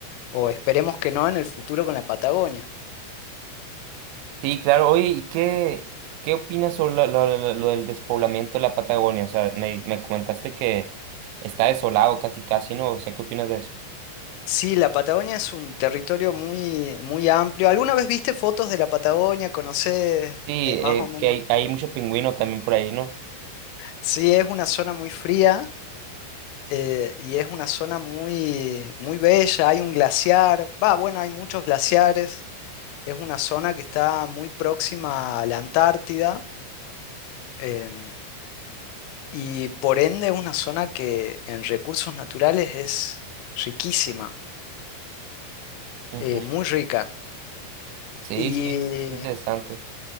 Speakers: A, on the left; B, on the right.
A: o esperemos que no en el futuro con la Patagonia.
B: Sí, claro. Oye, ¿y qué, qué opinas sobre la- lo, lo- lo del despoblamiento de la Patagonia? O sea, me, me comentaste que está desolado casi casi, ¿no? O sea, ¿qué opinas de eso?
A: Sí, la Patagonia es un territorio muy, muy amplio. ¿Alguna vez viste fotos de la Patagonia? ¿Conocés
B: Sí,
A: eh, más
B: eh,
A: o menos?
B: que hay, hay mucho pingüino también por ahí, ¿no?
A: Sí, es una zona muy fría eh, y es una zona muy, muy bella. Hay un glaciar, va, bueno, hay muchos glaciares. es una zona que está muy próxima a la Antártida em, y por ende es una zona que en recursos naturales es riquísima,
B: Ujú.
A: eh, muy rica.
B: Sí,
A: Y,
B: sí, interesante.